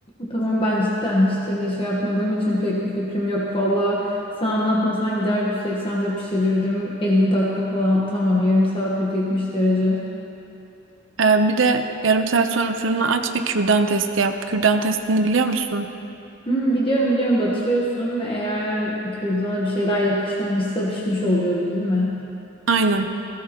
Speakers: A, on the left (about 25°); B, on the right (about 80°).
A: Tamam ben cidden hiç tirle şey yapmadığım için pek bir fikrim yok. Valla sen anlatmasan gider 180'de pişirirdim. 50 dakika falan. Tamam yarım saat 170 derece.
B: Ee, bir de yarım saat sonra fırını aç ve kürdan testi yap. Kürdan testini biliyor musun?
A: Hmm, biliyorum biliyorum batırıyorsun. Eğer kürdana bir şeyler yapışmamışsa pişmiş oluyordu değil mi?
B: Aynen.